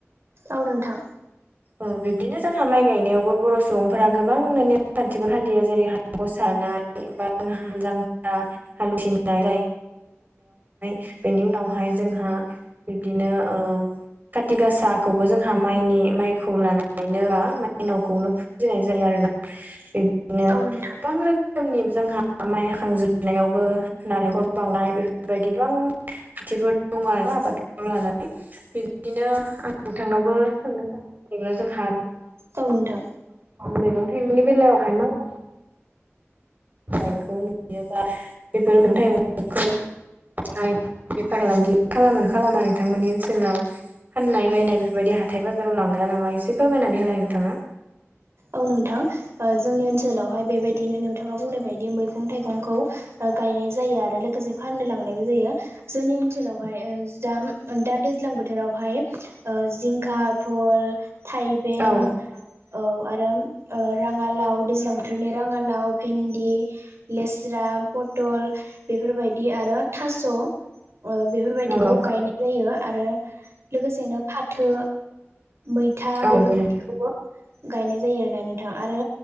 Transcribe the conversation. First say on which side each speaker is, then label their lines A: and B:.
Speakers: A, on the right (about 60°); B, on the right (about 35°).
A: औ नोंथां।
B: अह बिब्दिनो जोंहा माइ गायनायावबो बर' सुबुंफोरा गोबांनो नेम खान्थिबो फालियो जेरैहाय गसा होनाय, बा जोङो हाल जांख्रा, हाल उथिनाय <unintelligible> बेनि उनावहाय जोंहा बिब्दिनो ओ काति गासाखौबो जोंहा माइनि माइ लानानैनो मा माइनावखौनो फुजिनाय जायो आरो ना बिब्दिनो
A: औ नोंथां
B: गोबां रोखोमनि जोंहा माइ हाखांजोबनायावबो नालेंखल बावनाय बेफोरबायदि गोबां खान्थिफोर दङ आरोना आबाद लानानै। बिबदिनो आं नोंथांनावबो सोंनो सान <unintelligible> जोंहा
A: औ नोंथां
B: मैगं थाइगंनि बेलायाव <unintelligible> गायनायखौ नुनो बियो बा बेफोर मोनथाइ <unintelligible> <unintelligible> बेफार फालांगि खालामो ना खालामा नोंथांमोननि ओनसोलाव? फाननाय बायनाय बेफोरबायदि हाथाय बाजाराव लागोनना लाङा एसे फोरमायनानै होलाय नोंथाङा।
A: औ नोंथां ओ जोंनि ओनसोलावहाय बेबायदिनो नोंथाङा बुंनाय बायदि मैगं थाइगंखौ ओ गायनाय जायो आरो लोगोसे फाननो लांनायबो जायो। जोंनि ओनसोलावहाय ओ जाम दा दैज्लां बोथोरावहाय ओ जिंखा भल थाइबें
B: औ
A: औ आरो ओ राङालाव दैज्लां बोथोरनि राङालाव भेन्दि लेस्रा, पटल बेफोरबायदि आरो थास' ओ बेफोरबायदिखौ
B: नंगौ
A: गायनाय जायो आरो लोगोसेनो फाथो, मै था
B: औ
A: बेफोरबायदिखौबो
B: नंगौ
A: गायनाय जायो आरोना नोंथां आरो